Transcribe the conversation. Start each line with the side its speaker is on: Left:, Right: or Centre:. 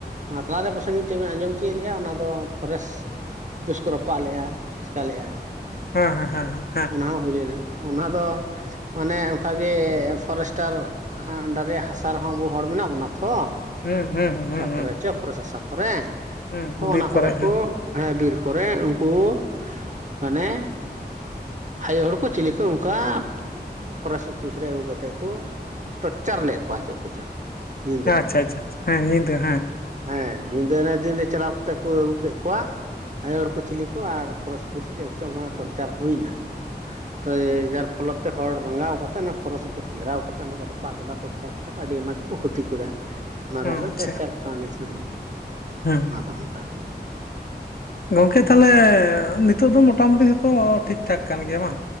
Right: ᱟᱨ ᱛᱟᱞᱟ ᱨᱮ ᱯᱟᱥᱮᱡ ᱢᱤᱫᱴᱮᱡ ᱵᱮᱱ ᱟᱸᱡᱚᱢ ᱛᱤᱭᱳᱫ ᱞᱮᱭᱟ ᱚᱱᱟ ᱫᱚ ᱯᱷᱚᱨᱮᱥᱴ ᱩᱯᱷᱤᱥ ᱠᱚ ᱨᱟᱯᱟᱜ ᱞᱮᱫ-ᱟ ᱪᱮᱠᱟ ᱞᱮᱜ-ᱟ
Left: ᱦᱩᱸ ᱦᱮᱸ ᱦᱮᱸ ᱦᱮᱸ ᱦᱮᱸ
Right: ᱚᱱᱟ ᱦᱚᱸ ᱦᱩᱭ ᱞᱮᱱᱟ ᱚᱱᱟ ᱫᱚ ᱢᱟᱱᱮ ᱚᱱᱠᱟ ᱜᱮ ᱯᱷᱚᱨᱮᱥᱴᱟᱨ ᱟᱻ ᱟᱱᱰᱟᱨ ᱨᱮᱭᱟᱜ ᱦᱟᱥᱟ ᱨᱮ ᱦᱚᱸ ᱟᱵᱚ ᱦᱚᱲ ᱢᱮᱱᱟᱜ ᱵᱚᱱᱟ ᱛᱷᱚ
Left: ᱦᱩᱸ ᱦᱩᱸ ᱦᱩᱸ
Right: ᱚᱠᱟ ᱠᱚ
Left: ᱦᱩᱸ
Right: ᱨᱮ ᱪᱚ ᱯᱷᱚᱨᱮᱥ ᱦᱟᱥᱟ ᱠᱚᱨᱮ
Left: ᱦᱩᱸ
Right: ᱛᱚ
Left: ᱦᱩᱸ ᱵᱤᱨ
Right: ᱚᱱᱟ ᱠᱚᱨᱮ ᱠᱚ
Left: ᱦᱮᱸ
Right: ᱦᱮᱸ ᱵᱤᱨ ᱠᱚᱨᱮ ᱩᱱᱠᱩ ᱢᱟᱱᱮᱼᱼ ᱟᱭᱳ ᱦᱚᱲ ᱠᱚ ᱪᱤᱞᱤ ᱠᱩ ᱚᱱᱠᱟ ᱯᱷᱚᱨᱮᱥ ᱩᱯᱷᱤᱥ ᱨᱮ ᱟᱹᱜᱩ ᱠᱟᱛᱮᱫ ᱠᱚ ᱴᱚᱪᱪᱟᱨ ᱞᱮᱫ ᱠᱚᱣᱟ ᱪᱮᱫ ᱠᱚᱪᱚ ᱧᱤᱫᱟᱹ
Left: ᱟᱪᱪᱷᱟ ᱟᱪᱪᱷᱟ ᱦᱮᱸ ᱧᱤᱫᱟᱹ ᱦᱮᱸ
Right: ᱦᱮᱸ ᱧᱤᱫᱟᱹ ᱤᱱᱟᱹ ᱫᱤᱱ ᱨᱮ ᱪᱟᱞᱟᱣ ᱠᱟᱛᱮ ᱠᱩ ᱟᱹᱜᱩ ᱠᱮᱫ ᱠᱚᱣᱟ ᱟᱭᱳ ᱦᱚᱲ ᱠᱩ ᱪᱤᱞᱤ ᱠᱚ ᱟᱨ ᱯᱷᱚᱨᱮᱥ ᱪᱮᱫ ᱠᱚᱪᱚᱝ ᱦᱟᱸ ᱴᱚᱨᱪᱟᱨ ᱦᱩᱭᱱᱟ ᱛᱚ ᱮᱻᱭ ᱡᱟᱨ ᱯᱷᱚᱞᱚᱛ ᱛᱮ ᱦᱚᱲ ᱨᱟᱸᱜᱟᱣ ᱠᱟᱛᱮ ᱚᱱᱟ ᱯᱷᱚᱨᱮᱥᱴ ᱚᱯᱷᱤᱥ ᱜᱷᱮᱨᱟᱣ ᱠᱟᱛᱮ ᱚᱱᱟ ᱠᱚ ᱨᱟᱯᱟᱜ ᱠᱮᱫᱟ <unintelligible> ᱟᱹᱰᱤ ᱟᱭᱢᱟ ᱜᱮᱠᱚ ᱠᱷᱩᱛᱤ ᱠᱟᱫᱟ
Left: <inaudible>
Right: ᱚᱱᱟ ᱨᱮᱭᱟᱜ
Left: ᱟᱪᱪᱷᱟ
Right: ᱫᱚ ᱠᱮᱥ ᱪᱟᱞᱟᱜ ᱠᱟᱱᱟ ᱱᱤᱛ ᱦᱚᱸ
Left: ᱦᱮᱸ
Right: ᱟᱫᱚ ᱚᱱᱠᱟ ᱠᱟᱱᱟ
Left: ᱜᱚᱝᱠᱮ ᱛᱟᱦᱚᱞᱮ ᱱᱤᱛᱚᱜ ᱫᱚ ᱢᱚᱴᱟᱢᱩᱴᱤ ᱡᱚᱛᱚ ᱴᱷᱤᱠ ᱴᱷᱟᱠ ᱠᱟᱱ ᱜᱮᱭᱟ ᱵᱟᱝ